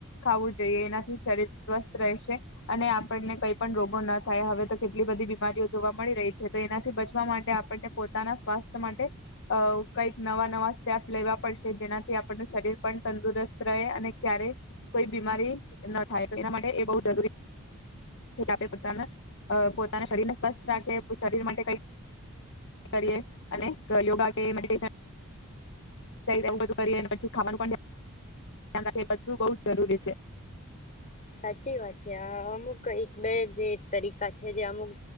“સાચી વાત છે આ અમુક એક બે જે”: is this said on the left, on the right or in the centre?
Left